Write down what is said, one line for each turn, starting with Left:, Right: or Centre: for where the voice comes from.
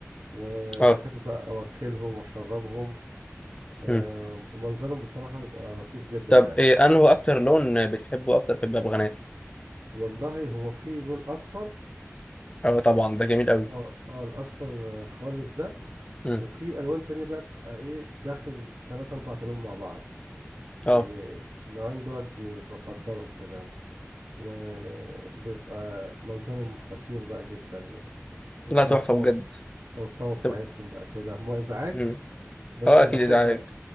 Right: وبحب
Left: اه
Right: بقى اوكلهم واشربهم آه
Left: امم
Right: ومنظرهم بصراحة بيبقى لطيف جدا
Left: طب
Right: يعني
Left: ايه انه اكتر لون بتحبه اكتر في الببغانات؟
Right: والله هو في لون اصفر
Left: اه طبعا ده
Right: و-
Left: جميل قوي
Right: اه اه الاصفر خالص ده
Left: امم
Right: وفي الوان تانية بقى بتبقى ايه داخل تلات اربع لون مع بعض
Left: اه
Right: يعني النوعين دولت ب- بفضلهم كده وبيبقى منظرهم خطير بقى جدا والصوصوة
Left: لا تحفة بجد
Right: الصوصوة بتاعتهم
Left: طب
Right: بقى كده هما إزعاج
Left: امم
Right: بس
Left: اه اكيد
Right: بحب
Left: ازعاج